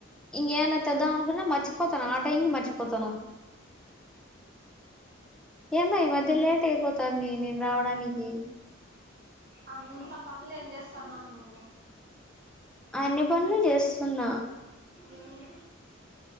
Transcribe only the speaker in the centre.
ఇంకేమన్నా చేద్దాం అనుకున్నా మర్చిపోతాను ఆ టైం కి మర్చిపోతానా ఎందా ఈ మధ్య లేట్ అయిపోతాంది నేను రావడానికి
అన్ని పనులు చేస్తున్నా